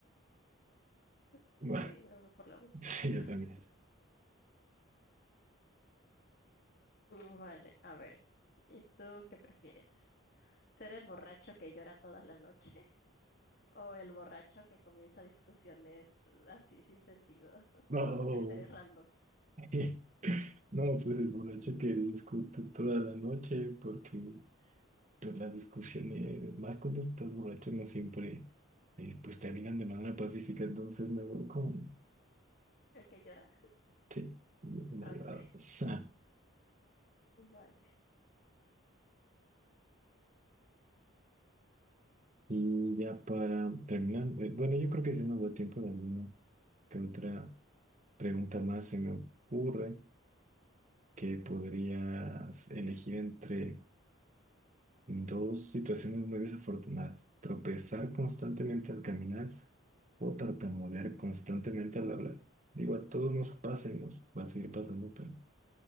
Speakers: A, on the left (about 50°); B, on the right (about 35°).
A: Sí,
B: va.
A: me voy por la mostaza.
B: Sí, yo
A: <laughs>
B: también.
A: Mm, Vale, a ver, ¿y tú qué prefieres? ¿Ser el borracho que llora toda la noche O el borracho que comienza discusiones así sin sentido <laughs>
B: No,
A: con gente random.
B: <laughs> no, pues el borracho que discute toda la noche porque pues las discusiones, más cuando estás borracho, no siempre, eh, pues terminan de manera pacífica, entonces me voy con,
A: ¿El que llora?
B: sí, una
A: Ah,
B: llorada.
A: Ok,
B: <laughs>
A: <laughs> vale.
B: Y ya para terminar, eh, bueno, yo creo que si nos da tiempo de alguna que otra pregunta más se me ocurre que podrías elegir entre Dos situaciones muy desafortunadas. Tropezar constantemente al caminar o tartamudear constantemente al hablar. Digo, a todos nos pasa y nos va a seguir pasando, pero